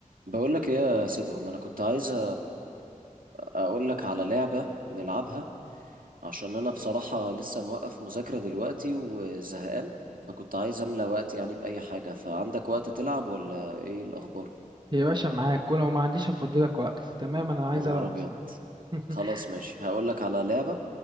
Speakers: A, on the right; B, on the right.
A: بقول لك ايه يا سيدهم انا كنت عايز أ- اقول لك على لعبة نلعبها عشان انا بصراحة لسه موقف مذاكرة دلوقتي وزهقان فكنت عايز املى وقت يعني بأي حاجة فعندك وقت تلعب ولا ايه الاخبار
B: يا باشا معاك ولو ما عنديش افضلك وقت تمام انا عايز
A: يا نهار
B: العب
A: ابيض
B: بصراحه <laughs>
A: خلاص ماشي هقول لك على لعبة